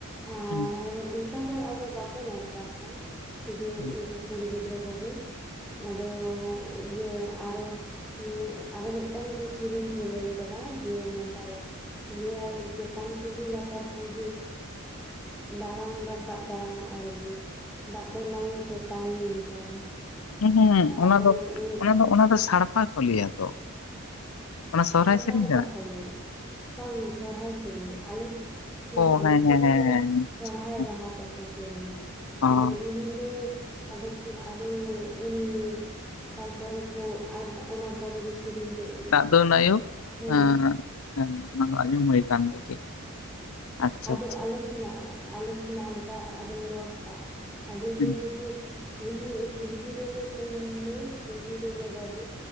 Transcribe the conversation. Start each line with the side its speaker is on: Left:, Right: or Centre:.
Centre: ᱟ
Left: ᱦᱩᱸ
Centre: ᱟᱫᱚ ᱚᱱᱠᱟᱜ ᱟᱫᱚ ᱵᱟᱠᱚ ᱱᱤᱣᱛᱟ ᱠᱚᱣᱟ ᱥᱩᱫᱷᱩ
Left: ᱦᱩᱸ
Centre: ᱩᱱᱠᱩ ᱠᱩᱲᱤ ᱜᱤᱫᱽᱨᱟᱹ ᱠᱚᱜᱮ ᱟᱫᱚ ᱤᱭᱟᱹ ᱟᱨᱚ ᱤᱭᱟ ᱟᱨ ᱢᱤᱫᱴᱟᱝ ᱥᱮᱨᱮᱧ ᱠᱚ ᱞᱟᱹᱭ ᱠᱟᱫᱟ ᱡᱮ ᱠᱟᱭᱟᱭ ᱞᱟᱭ ᱟᱭ ᱪᱮᱛᱟᱱ ᱠᱩᱞ ᱤ ᱞᱟᱛᱟᱨ ᱠᱩᱞᱦᱤ ᱫᱲᱟᱱ ᱨᱟᱠᱟᱵ ᱫᱲᱟᱱ ᱟᱲᱜᱳ ᱫᱟᱜ ᱫᱚ ᱱᱟᱭᱳ ᱛᱮᱛᱟᱝ ᱤᱧ ᱠᱟᱱ᱾
Left: ᱦᱩᱸᱜ ᱚᱱᱟ
Centre: ᱟᱫᱚ
Left: ᱫᱚ
Centre: ᱩᱸ
Left: ᱚᱱᱟ ᱫᱚ ᱚᱱᱟ ᱫᱚ ᱥᱟᱲᱯᱟ ᱠᱚ ᱞᱟᱹᱭᱟ ᱛᱚ ᱚᱱᱟ ᱥᱚᱦᱨᱟᱭ
Centre: ᱥᱟᱲᱯᱟ
Left: ᱥᱮᱨᱮᱧ
Centre: ᱫᱚ
Left: ᱠᱟᱱᱟ
Centre: ᱵᱟᱠᱚ ᱞᱟᱹᱤᱼᱟ ᱵᱟᱝ ᱥᱚᱨᱦᱟᱭ ᱥᱮᱨᱮᱧ ᱟᱞᱮᱥ ᱦᱮᱸ
Left: ᱚ
Centre: ᱟᱞᱮ ᱥᱮᱫ
Left: ᱦᱮᱸ
Centre: ᱫᱚ
Left: ᱦᱮᱸ
Centre: ᱢᱟᱱᱮᱼᱼ
Left: ᱦᱮᱸ
Centre: <unintelligible> ᱥᱚᱨᱦᱟᱭ
Left: ᱦᱮᱸ
Centre: ᱨᱟᱦᱟ ᱛᱮᱠᱚ ᱥᱮᱨᱮᱧᱟ
Left: ᱚ
Centre: ᱟᱫᱚ ᱩᱱᱤᱞᱮ ᱟᱫᱚ ᱠᱚ ᱟᱫᱚ ᱩᱱᱤ ᱛᱟᱨᱯᱚᱨᱮ ᱠᱚ ᱟᱨ ᱚᱱᱟ ᱯᱚᱨᱮ ᱠᱚ ᱥᱮᱨᱮᱧ ᱠᱮᱜ ᱜᱮ
Left: ᱟᱫᱚ ᱱᱟᱭᱩ
Centre: ᱦᱮᱸ
Left: ᱮ ᱦᱮᱸ ᱚᱱᱟ ᱫᱚ ᱟᱸᱭᱩ ᱦᱳᱭ ᱠᱟᱱ ᱜᱮᱭᱟ <unintelligible> ᱟᱪᱪᱷᱟ
Centre: ᱟᱫᱚ
Left: ᱟᱪᱪᱷᱟ
Centre: ᱟᱞᱮ ᱥᱮᱱᱟᱜ ᱟᱞᱮ ᱥᱮᱱᱟᱜ ᱚᱱᱠᱟ ᱟᱫᱚ ᱨᱚᱲᱴᱟᱜ ᱟᱫᱚᱭ
Left: ᱦᱮᱸ
Centre: ᱞᱟᱹᱭᱟ ᱡᱮᱼᱼ ᱩᱱᱜᱮ ᱠᱩᱞᱦᱤ ᱨᱮᱜᱮ ᱠᱩᱧ ᱢᱟᱹᱭ ᱠᱩᱞᱦᱤ ᱨᱮᱜᱮ ᱰᱟᱹᱰᱤ,